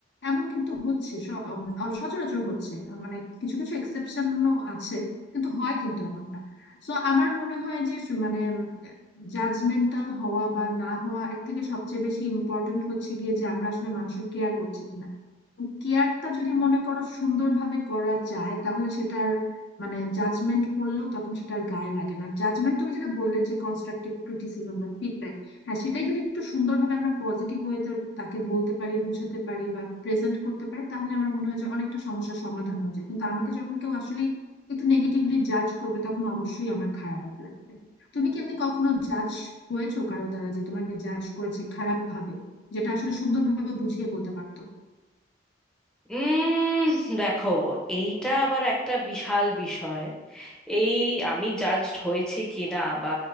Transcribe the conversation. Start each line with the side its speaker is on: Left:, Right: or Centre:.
Left: এমন কিন্তু হচ্ছে স- উম, আহ, সচরাচর হচ্ছে মানে কিছু কিছু এক্সেপশনও আছে কিন্তু হয় কিন্তু এমনটা সো আমার মনে হয় যে স- মানে জাজমেন্টাল হওয়া বা না হওয়া এর থেকে সবচেয়ে বেশি ইম্পর্ট্যান্ট হচ্ছে গিয়ে যে আমরা আসলে মানুষের কেয়ার করছি কিনা কেয়ারটা যদি মনে করো সুন্দরভাবে করা যায় তাহলে সেটার মানে জাজমেন্ট করলেও তখন সেটা আর গায়ে লাগে না জাজমেন্ট তুমি যেটা বললে যে কনস্ট্রাকটিভ ক্রিটিসিজম বা ফিডব্যাক হ্যাঁ সেটাই যদি একটু সুন্দরভাবে আমরা পজিটিভ ওয়েতে তাকে বলতে পারি বোঝাতে পারি বা প্রেজেন্ট করতে পারি তাহলে আমার মনে হয় যে অনেকটা সমস্যার সমাধান হয়ে যায় কিন্তু আমাকে যখন কেউ আসলে একটু নেগেটিভলি জাজ করবে তখন অবশ্যই আমার খারাপ লাগবে তুমি কি এমনি কখনো জাজ হয়েছো কারো দ্বারা যে তোমাকে জাজ করেছে খারাপ ভাবে যেটা আসলে সুন্দরভাবে বুঝিয়ে বলতে পারতো
Centre: উম দেখো এইটা আবার একটা বিশাল বিষয় এই আমি জাজড হয়েছি কি না বা